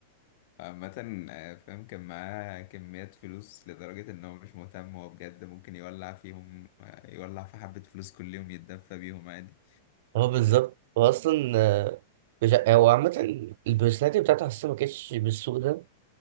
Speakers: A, on the left (about 55°); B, on the right (about 60°).
A: عامة آه، فاهم كان معاه كميات فلوس لدرجة إن هو مش مهتم هو بجد ممكن يولع فيهم آه، يولع في حبة فلوس كل يوم يتدفى بيهم عادي
B: <laughs> هو بالظبط هو اصلا آه، مش ع- هو عامه البرسوناليتي بتاعته حاسه ما كانتش بالسوء ده